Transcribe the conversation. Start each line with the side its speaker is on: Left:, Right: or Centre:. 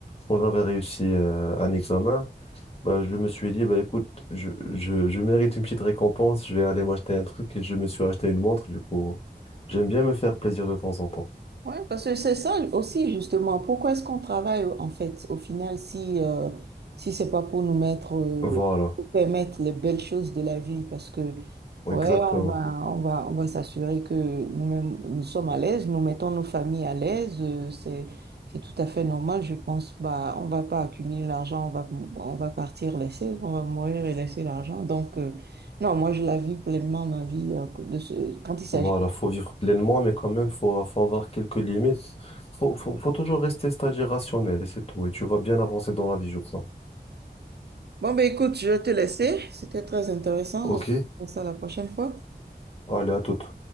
Left: quand j'avais réussi euh, un examen, bah, je me suis dit, bah, écoute, je, je, je mérite une petite récompense, je vais aller m'acheter un truc et je me suis acheté une montre, du coup, j'aime bien me faire plaisir de temps en temps.
Right: Ouais, parce que c'est ça aussi, justement. Pourquoi est-ce qu'on travaille, en fait, au final, si, euh, si c'est pas pour nous mettre, euh,
Left: Voilà,
Right: pour permettre les belles choses de la vie? Parce que,
Left: exactement.
Right: ouais, on va, on va, on va s'assurer que nous-mêmes, nous sommes à l'aise, nous mettons nos familles à l'aise. euh, c'est, c'est tout à fait normal, je pense. Bah, on va pas accumuler l'argent, on va, on va partir laisser, on va mourir et laisser l'argent. Donc, euh, non, moi, je la vis pleinement, ma vie, euh, de ce, quand il s'agit.
Left: Voilà, faut vivre pleinement, mais quand même, faut, faut avoir quelques limites. Faut, faut, faut toujours rester, c'est-à-dire rationnel, et c'est tout. Et tu vas bien avancer dans la vie, je crois.
Right: Bon, ben écoute, je vais te laisser. C'était très intéressant.
Left: Ok?
Right: On va faire ça la prochaine fois.
Left: Allez, à toute.